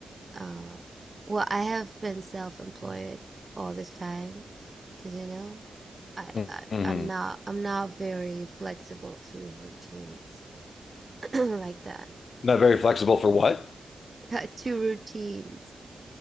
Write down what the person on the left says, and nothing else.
it.
hmm
Not very flexible for what?